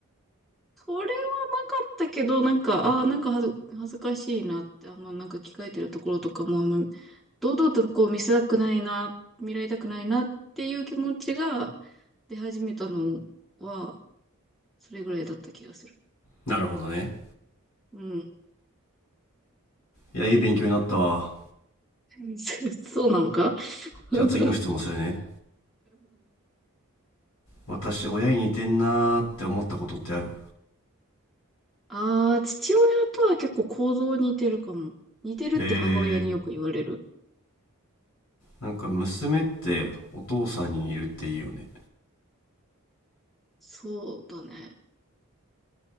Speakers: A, in the centre; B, on the left.
A: それはなかったけど、なんか、ああ、なんか恥ず、恥ずかしいなって、あの、なんか着替えてるところとかも、あんま堂々とこう見せたくないな、見られたくないなっていう気持ちが出始めたのは、それぐらいだった気がする。
B: なるほどね。
A: うん。
B: いや、いい勉強になったわ。
A: <laughs> そそうなのか <laughs>
B: じゃあ次の質問するね。私、親に似てんなーって思ったことってある
A: ああ、父親とは結構行動似てるかも。似てるって母親によく言われる。
B: へえ、なんか娘ってお父さんに似るっていいよね。
A: そうだね。